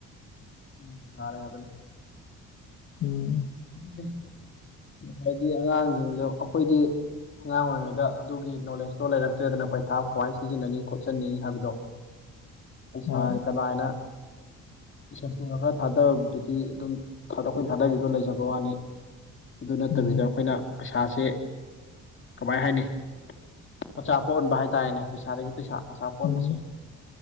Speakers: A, on the left; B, on the left.
A: ꯎꯝ ꯌꯥꯔꯦ ꯍꯥꯏꯕꯅꯤ
B: ꯎꯝ
A: ꯑꯗꯨꯅꯦ ꯉꯁꯥꯏꯗꯤ ꯑꯉꯥꯡꯁꯤꯡꯁꯨ ꯑꯩꯈꯣꯏꯗꯤ ꯑꯉꯥꯡ ꯑꯣꯏꯔꯤꯉꯩꯗ ꯑꯗꯨꯒꯤ ꯅꯣꯂꯦꯖꯇꯣ ꯂꯩꯔꯛꯇꯦꯗꯅ ꯄꯩꯁꯥ ꯀꯃꯥꯏ ꯁꯤꯖꯤꯟꯅꯅꯤ ꯈꯣꯠꯆꯟꯅꯤ ꯍꯥꯏꯕꯗꯣ ꯄꯩꯁꯥꯖꯦ
B: ꯍꯣꯏ
A: ꯀꯗꯥꯏꯅ ꯁꯦꯝꯐꯨꯗ ꯈꯔ ꯊꯥꯗꯕꯗꯨꯗꯤ ꯑꯗꯨꯝ ꯑꯩꯈꯣꯏꯅ ꯊꯥꯗꯈꯤꯗꯣ ꯂꯩꯖꯕ__ ꯕꯋꯥꯅꯤ ꯑꯗꯨ ꯅꯠꯇꯕꯤꯗ
B: ꯎꯝ
A: ꯑꯩꯈꯣꯏꯅ ꯄꯩꯁꯥꯁꯦ ꯀꯃꯥꯏ ꯍꯥꯏꯅꯤ ꯃꯆꯥ ꯄꯣꯛꯍꯟꯕ ꯍꯥꯏꯇꯥꯔꯦꯅꯦ ꯄꯩꯁꯥꯗꯒꯤ ꯄꯩꯁꯥ ꯃꯆꯥ ꯄꯣꯛꯍꯟꯕꯁꯦ
B: ꯎꯝ